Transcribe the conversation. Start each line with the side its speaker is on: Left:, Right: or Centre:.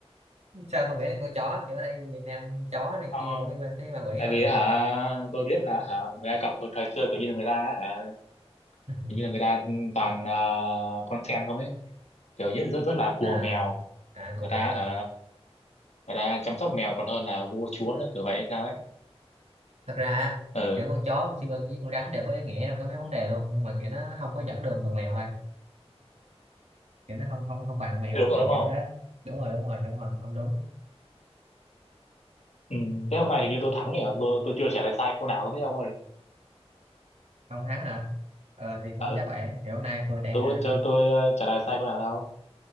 Right: sao không nghĩ là con chó kiểu ở đây Việt Nam chó này
Left: Không,
Right: kia
Left: không.
Right: cũng liên quan tới ma quỷ
Left: tại
Right: mà
Left: vì á hả tôi biết là hả người Ai Cập hồi thời xưa kiểu như là người ta á hả
Right: <laughs>
Left: kiểu như là người ta toàn ờ, con sen không ấy, kiểu như là rất rất là cuồng
Right: à
Left: mèo.
Right: à
Left: Người
Right: cùng
Left: ta
Right: mèo
Left: hả
Right: à.
Left: người ta chăm sóc mèo còn hơn là vua chúa nữa kiểu vậy hay sao ấy.
Right: thật ra á,
Left: Ừ,
Right: kiểu con chó con chim ưng với con rắn đều có ý nghĩa trong cái mấy vấn đề luôn nhưng mà kiểu nó không có dẫn đường bằng mèo thôi kiểu nó không không không bằng mèo
Left: thế đúng rồi
Right: kiểu
Left: đúng
Right: kiểu
Left: không?
Right: thế đúng rồi đúng rồi đúng rồi ông đúng
Left: Ừ, thế hôm nay hình như tôi thắng rồi, tôi, tôi chưa trả lời sai câu nào đúng không ông ơi.
Right: ông thắng hả ờ thì cũng
Left: Ừ,
Right: chắc vậy kiểu hôm nay tôi đang
Left: tôi
Right: ờ,
Left: tôi, tôi ờ, trả lời sai câu nào đâu.